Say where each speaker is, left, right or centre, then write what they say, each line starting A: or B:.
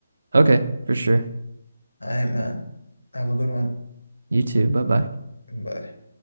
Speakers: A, on the right; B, on the left.
A: Okay, for sure.
B: All right, man. Have a good one.
A: You too. Bye bye.
B: Bye.